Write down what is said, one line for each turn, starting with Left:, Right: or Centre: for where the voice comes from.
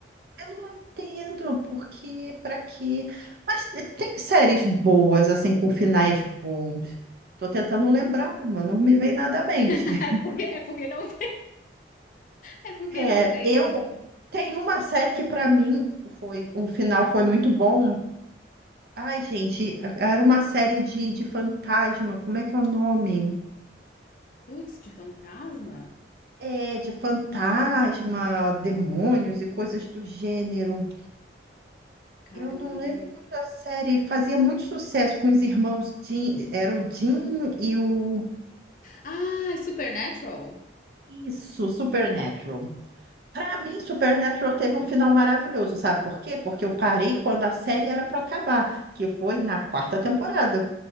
Right: eu não entendo porque, para quê? Mas te- tem séries boas, assim, com finais bons. Tô tentando lembrar uma, não me vem nada à mente.
Left: <laughs>
Right: <laughs>
Left: É porque é porque não é porque
Right: É,
Left: não tem.
Right: eu tenho uma série que para mim foi, o final foi muito bom, Ai, gente, era uma série de, de fantasma, como é que é o nome?
Left: Putz, de fantasma?
Right: É, de fantasma,
Left: Não lembro.
Right: demônios e coisas do gênero.
Left: Caramba,
Right: Eu não
Left: não
Right: lembro
Left: lembro.
Right: o nome da série, fazia muito sucesso com os irmãos Jim, era o Jim e o...
Left: Ah, é Supernatural?
Right: Isso, Supernatural. Para mim, Supernatural teve um final maravilhoso, sabe por quê? Porque eu parei quando a série era para acabar, que foi na quarta temporada.